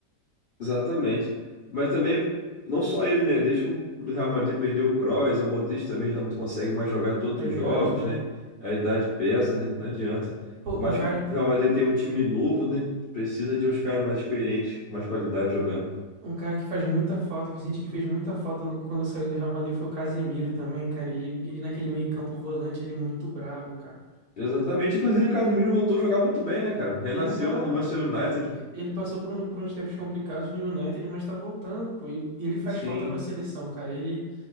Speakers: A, on the left (about 50°); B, on the right (about 65°).
A: Exatamente. Mas também, não só ele, né? Desde que o do Real Madrid perdeu o Kroos, o Modric também já não consegue mais jogar todos
B: a idade,
A: os jogos,
B: né?
A: né? A idade pesa, né? Não adianta.
B: Pô,
A: Por mais
B: um cara,
A: que o Real Madrid tenha um time novo, né? Precisa de uns caras mais experientes, com mais qualidade jogando.
B: um cara que faz muita falta, que eu senti que fez muita falta no- quando saiu do Real Madrid foi o Casemiro também, cara. Ele, ele naquele meio-campo volante, ele é muito brabo, cara.
A: Exatamente. Inclusive, o Casemiro voltou a jogar muito bem, né, cara? Renasceu
B: Ele tá.
A: lá no Manchester United.
B: Ele passou por, um- por uns tempos complicados no United, mas tá voltando, pô. E ele faz
A: Sim.
B: falta pra seleção, cara. Ele,